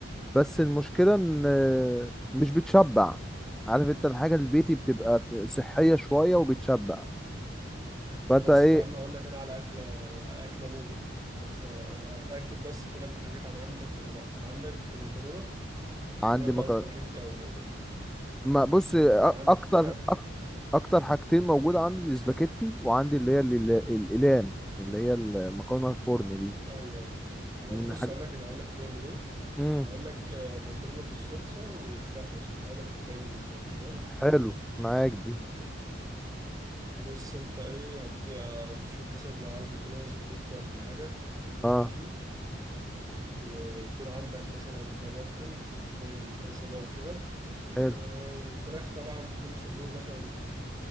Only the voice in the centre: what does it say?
بس المشكله ان آه، مش بتشبع عارف انت الحاجه البيتي بتبقى صحيه شويه وبتشبع فانت
ايه
عندي
مكرونه
ما بص
أ-
اكتر اكتر اكتر حاجتين موجوده عندي الاسباجيتي وعندي اللي هي ال- ال- الاقلام اللي هي المكرونه الفرن دي
من
حاجه
امم
حلو معاك دي
اه
حلو